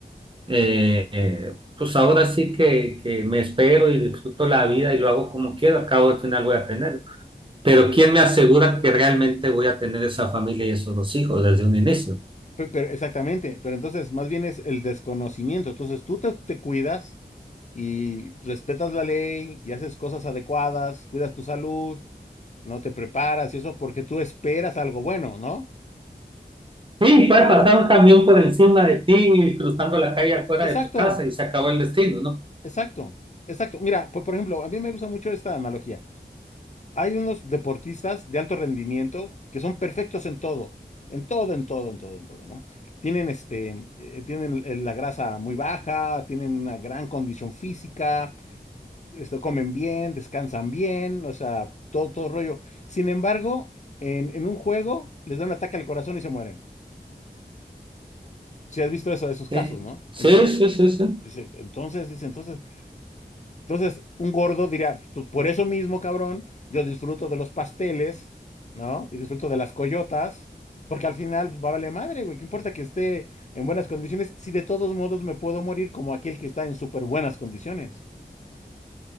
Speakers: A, on the right; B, on the left.
A: Eh, pues ahora sí que, que me espero y disfruto la vida y lo hago como quiero, al cabo del final voy a tener. Pero ¿quién me asegura que realmente voy a tener esa familia y esos dos hijos desde un inicio?
B: Pe- Pero, exactamente, pero entonces más bien es el desconocimiento. Entonces tú te te cuidas y respetas la ley y haces cosas adecuadas, cuidas tu salud no te preparas y eso porque tú esperas algo bueno, ¿no?
A: Sí, puede pasar un camión por encima de ti y cruzando la calle afuera
B: Exacto,
A: de tu casa y se acabó el destino, ¿no?
B: exacto, exacto. Mira, por, por ejemplo, a mí me gusta mucho esta analogía. Hay unos deportistas de alto rendimiento que son perfectos en todo, en todo, en todo, en todo, en todo, ¿no? Tienen este, eh, tienen eh, la grasa muy baja, tienen una gran condición física, este, comen bien, descansan bien, o sea, todo, todo rollo. Sin embargo, en, en un juego les da un ataque al corazón y se mueren. Si has visto eso de esos casos,
A: Sí,
B: ¿no?
A: sí,
B: Ento-
A: sí, sí, sí.
B: Dice, entonces, dice, entonces, entonces, un gordo diría, "Tú- por eso mismo, cabrón, yo disfruto de los pasteles, ¿no? Y disfruto de las coyotas, porque al final pues, va a valer madre, güey, ¿qué importa que esté en buenas condiciones si de todos modos me puedo morir como aquel que está en súper buenas condiciones?